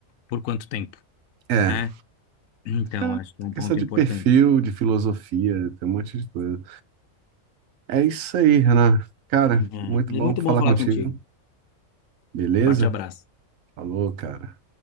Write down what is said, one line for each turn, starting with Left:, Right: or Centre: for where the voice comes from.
Left: Por quanto tempo?
Right: é,
Left: Né?
Right: é,
Left: Então,
Right: é
Left: acho que é um
Right: é
Left: ponto
Right: questão de
Left: importante.
Right: perfil, de filosofia, tem um monte de coisa. É isso aí, Renan. Cara,
Left: É,
Right: muito
Left: mas
Right: bom
Left: muito
Right: falar
Left: bom falar
Right: contigo.
Left: contigo.
Right: Beleza?
Left: Forte abraço.
Right: Falou, cara.